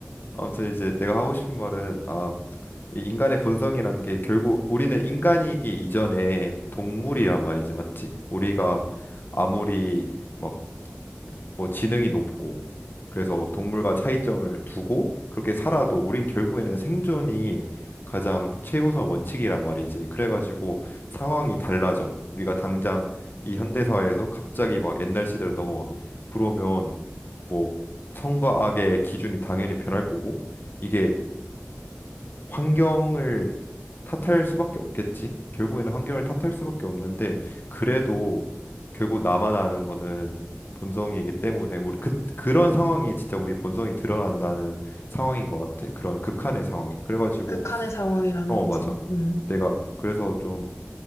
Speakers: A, on the left (about 50°); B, on the left (about 85°).
A: 아무튼 이제 내가 하고 싶은 말은 아, 이 인간의 본성이란 게 결국 우리는 인간이기 이전에 동물이란 말이지, 맞지? 우리가 아무리 막 뭐 지능이 높고 그래서 동물과 차이점을 두고 그렇게 살아도 우린 결국에는 생존이 가장 최우선 원칙이란 말이지. 그래가지고 상황이 달라져. 우리가 당장 이 현대 사회에서 갑자기 막 옛날 시대로 넘어가. 그러면 뭐 선과 악의 기준이 당연히 변할 거고 이게 환경을 탓할 수밖에 없겠지. 결국에는 환경을 탓할 수밖에 없는데 그래도 결국 나만 아는 거는 본성이기 때문에 우리 그 그런 상황이 진짜 우리 본성이 드러난다는 상황인 것 같아. 그런 극한의 상황이. 그래가지고
B: 극한의 상황이라는
A: 어
B: 거지.
A: 맞아.
B: 음.
A: 내가 그래서 좀